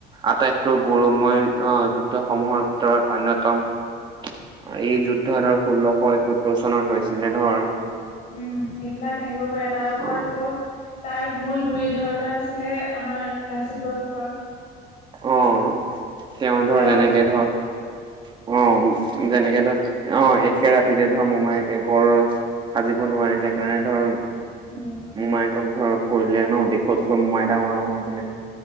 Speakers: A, on the right; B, on the left.
A: আটাইতকৈ গৌৰৱময় অহ যুদ্ধসমূহৰ ভিতৰত অন্যতম অ এই যুদ্ধ ধৰ ষোল্লশ এসত্তৰ চনত হৈছিলে ধৰ
B: উম, সেইবিলাক আহিব পাৰে তাৰ ওপৰত
A: অ
B: আকৌ তাৰ মূল গুৰি ধৰোতা আছিলে আমাৰ লাচিত বৰফুকন।
A: অ', তেওঁ
B: তেওঁৰ
A: ধৰ যেনেকে
B: ওপৰত
A: ধৰ অ', যেনেকে ধৰ অ', একে ৰাতিতে ধৰ মোমাইকে গঢ় সাজিব নোৱাৰিলে কাৰণে ধৰ
B: উম', উ
A: মোমায়েকক ধৰ কৈ দিলে ন, দেশতকৈ মোমাই ডাঙৰ নহয় বুলি।